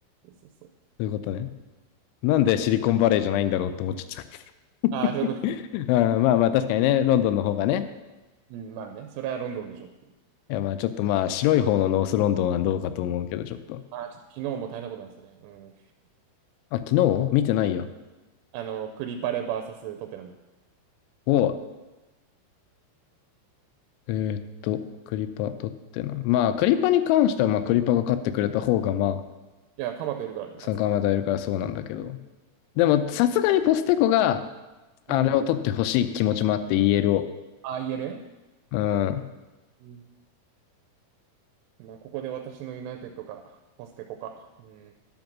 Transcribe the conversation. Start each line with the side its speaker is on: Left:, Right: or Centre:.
Right: そうそう。
Left: ういうことね。なんでシリコンバレーじゃないんだろうって思っちゃった。
Right: ああ、そういうこと。
Left: <laughs> うん、まあまあ確かにね、ロンドンの方がね、
Right: うん、まあね、それはロンドンでしょ。
Left: いや、まあちょっとまあ白い方のノースロンドンはどうかと思うけど、ちょっと。
Right: ああ、ちょっと昨日も大変なことなんですね。うん。
Left: あ、昨日見てないや。
Right: あの、クリパレバーサストテナム。
Left: を、えーっと、クリパ取ってな。まあクリパに関しては、まあクリパが勝ってくれた方が、ま
Right: いや、カマトいるからね、
Left: あ、参加まだいるからそうなんだけど。
Right: 熱い。
Left: でも、さすがにポステコが、あれを取ってほしい気持ちもあって
Right: うん。
Left: EL を。
Right: ああ、言える
Left: うん。
Right: うん。まあ、ここで私のユナイテッドか、ポステコか。うん。